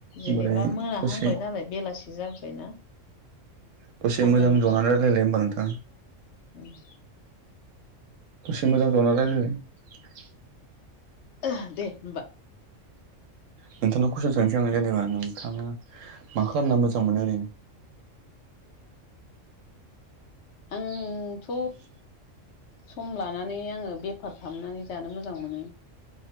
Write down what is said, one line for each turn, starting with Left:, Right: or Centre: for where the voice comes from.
Left: जेनेबा
Right: होमबालाय
Left: मोनाहांबाय
Right: दसे
Left: नालाय बेलासि जाबोबायना।
Right: दसे
Left: खामानि
Right: मोजां जनानै रायलायलाय होमबा नोंथां।
Left: उ <unintelligible>
Right: दसे मोजां जना रायलायनाय।
Left: ओ दे होमबा।
Right: नोंथांनाव कुइसन सोंसै आं जेनेबा नोंथाङा मा खालामना मोजां मोनो ओरैनो? <unintelligible>
Left: आंथ' सम लानानै आङो बेफार खालामनानै जानो मोजां मोनो।